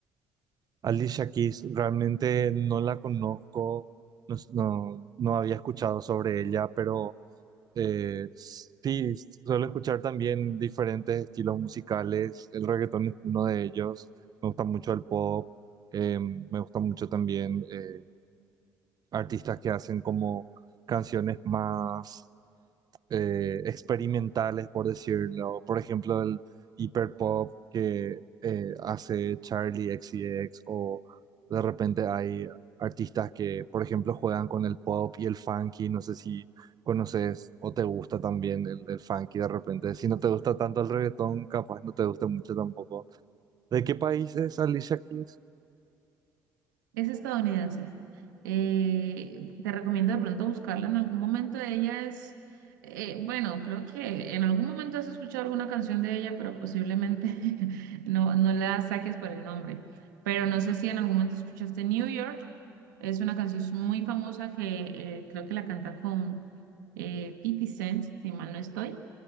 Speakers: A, on the right; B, on the right.
A: Alicia Keys, realmente no la conozco, no, no, no había escuchado sobre ella, pero eh, sí, suelo escuchar también diferentes estilos musicales. El reggaetón es uno de ellos. Me gusta mucho el pop, eh, me gusta mucho también eh, artistas que hacen como canciones más eh, experimentales, por decirlo. Por ejemplo, el hiperpop que eh, hace Charlie XCX o de repente hay artistas que, por ejemplo, juegan con el pop y el funky. No sé si conoces o te gusta también el, el funky de repente. Si no te gusta tanto el reggaetón, capaz no te gusta mucho tampoco. ¿De qué país es Alicia Keys?
B: Es estadounidense. Eh, te recomiendo de pronto buscarla en algún momento. Ella es, eh, bueno, creo que en algún momento has escuchado alguna canción de ella, pero posiblemente <laughs> no, no la saques por el nombre. Pero no sé si en algún momento escuchaste New York. Es una canción muy famosa que eh, creo que la canta con eh, 50 Cent, si mal no estoy.